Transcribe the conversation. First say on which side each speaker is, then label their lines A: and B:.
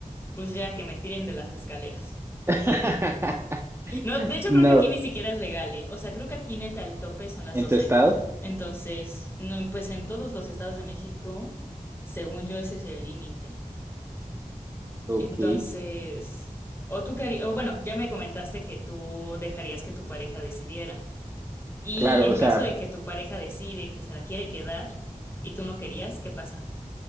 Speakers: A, on the left (about 15°); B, on the right (about 20°).
A: pues ya que me tiren de las escaleras.
B: <laughs>
A: No, de hecho
B: No,
A: creo que aquí ni siquiera es legal, ¿eh? O sea, creo que aquí neta el tope son las
B: ¿en
A: 12.
B: tu estado?
A: Entonces, no, pues en todos los estados de México, según yo, ese es el límite.
B: Ok,
A: Entonces, o tú querías, o bueno, ya me comentaste que tú dejarías que tu pareja decidiera. Y
B: claro,
A: en
B: o sea,
A: caso de que tu pareja decide que se la quiere quedar y tú no querías, ¿qué pasa?